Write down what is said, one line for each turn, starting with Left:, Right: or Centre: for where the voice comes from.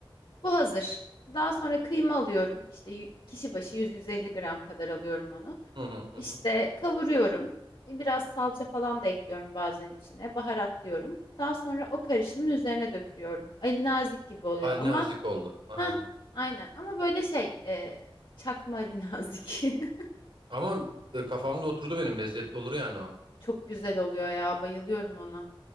Left: Bu hazır. Daha sonra kıyma alıyorum. İşte y- kişi başı 100-150 gram kadar alıyorum onu.
Right: hı hı. hı
Left: İşte
Right: hı.
Left: kavuruyorum. E, Biraz salça falan da ekliyorum bazen içine. Baharatlıyorum. Daha sonra o karışımın üzerine döküyorum. Ali nazik gibi oluyor
Right: Al
Left: ama
Right: nazik oldu aynen.
Left: ha aynen ama böyle şey e, çakma Ali nazik. <laughs>
Right: Ama e, kafamda oturdu benim lezzetli olur yani o.
Left: Çok güzel oluyor ya. Bayılıyorum ona.